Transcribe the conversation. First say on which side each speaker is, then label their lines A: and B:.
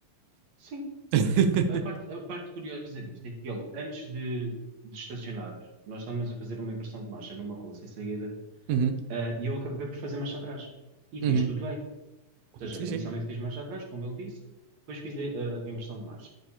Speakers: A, on the right; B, on the right.
A: Sim,
B: <laughs>
A: a parte, a parte curiosa disto é que ele, antes de, de estacionar, nós estávamos a fazer uma inversão de marcha numa rua sem saída,
B: Uhum,
A: ah, e eu acabei por fazer marcha atrás. E
B: uhum.
A: fiz tudo bem. Ou seja,
B: Sim,
A: inicialmente
B: sim.
A: fiz marcha atrás, como ele disse, depois fiz a, a inversão de marcha.